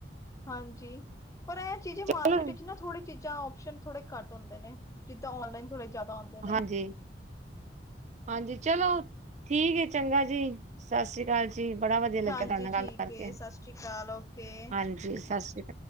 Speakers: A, on the left (about 20°); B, on the right (about 40°).
A: ਹਾਂਜੀ, ਪਰ ਇਹ ਚੀਜ਼ਾਂ ਮਾਰਕੀਟ
B: ਚਲੋ
A: 'ਚ, ਨਾ, ਥੋੜੀ ਚੀਜ਼। ਜਾਂ ਆਪਸ਼ਨ ਥੋੜੇ ਘੱਟ ਹੁੰਦੇ ਨੇ ਜਿੱਦਾਂ ਔਨਲਾਈਨ। ਥੋੜੇ ਜ਼ਿਆਦਾ ਹੁੰਦੇ ਨੇ
B: ਹਾਂਜੀ। ਹਾਂਜੀ। ਚਲੋ ਠੀਕ ਹੈ ਚੰਗਾ ਜੀ ਸਤਿ ਸ੍ਰੀ ਅਕਾਲ ਜੀ। ਜੀ ਬੜਾ ਵਧੀਆ ਲੱਗਿਆ
A: ਹਾਂਜੀ
B: ਤੁਹਾਡੇ ਨਾਲ
A: ਠੀਕ
B: ਗੱਲ ਕਰਕੇ।
A: ਏ, ਸਤਿ ਸ਼੍ਰੀ ਅਕਾਲ, ਓਕੇ।
B: ਹਾਂਜੀ ਸਤਿ ਸ੍ਰੀ ਅਕਾਲ। <unintelligible>